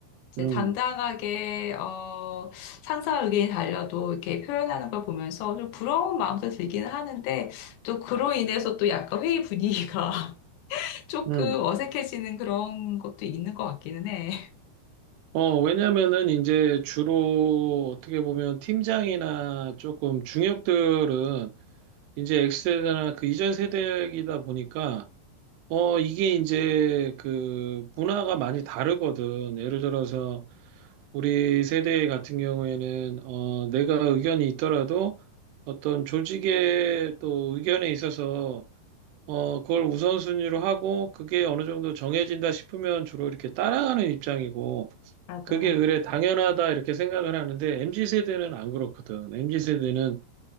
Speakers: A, on the left; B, on the right.
A: 이제
B: 음,
A: 당당하게 어, 상사 의견이 달려도 이렇게 표현하는 걸 보면서 좀 부러운 마음도 들기는 하는데 또 그로 인해서 또 약간 회의 분위기가 <laughs> 조금
B: 음.
A: 어색해지는 그런 것도 있는 것 같기는 해.
B: 어, 왜냐면은 이제 주로 어떻게 보면 팀장이나 조금 중역들은 이제 X세대나 그 이전 세대이다 보니까, 어, 이게 이제 그 문화가 많이 다르거든. 예를 들어서 우리 세대 같은 경우에는, 어, 내가 의견이 있더라도 어떤 조직의 또 의견에 있어서, 어, 그걸 우선순위로 하고 그게 어느 정도 정해진다 싶으면 주로 이렇게 따라가는 입장이고,
A: 맞아.
B: 그게 그래 당연하다 이렇게 생각을 하는데, MZ 세대는 안 그렇거든. MZ 세대는